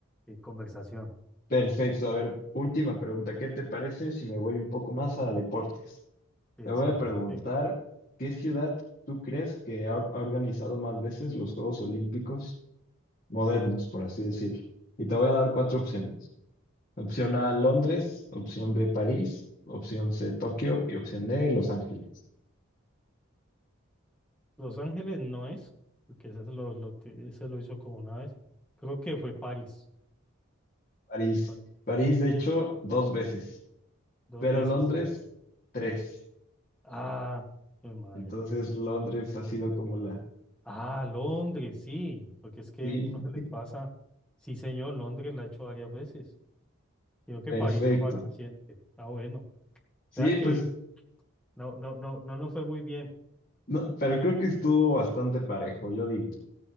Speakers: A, in the centre; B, on the left.
A: eh, conversación.
B: Perfecto, a ver, última pregunta. ¿Qué te parece si me voy un poco más a deportes?
A: Excelente.
B: Te voy a preguntar, ¿qué ciudad tú crees que ha, or- ha organizado más veces los Juegos Olímpicos modernos, por así decirlo? Y te voy a dar cuatro opciones. Opción A, Londres, opción B, París, opción C, Tokio y opción D, Los Ángeles.
A: Los Ángeles no es, porque ese lo, lo, te- ese lo hizo como una vez. Creo que fue París,
B: París.
A: pa-
B: París, de hecho, dos veces,
A: dos
B: pero
A: veces,
B: Londres,
A: sí.
B: tres.
A: Ah, mi madre.
B: Entonces, Londres ha sido como la
A: Ah, Londres, sí, porque es que
B: Sí,
A: uno se le
B: sí,
A: pasa. Sí, señor, Londres la ha hecho varias veces, sino que
B: perfecto.
A: París fue más reciente. Ah, bueno. O sea
B: Sí,
A: que
B: pues,
A: no, no, no, no nos fue muy bien.
B: no, pero creo que estuvo bastante parejo, yo digo.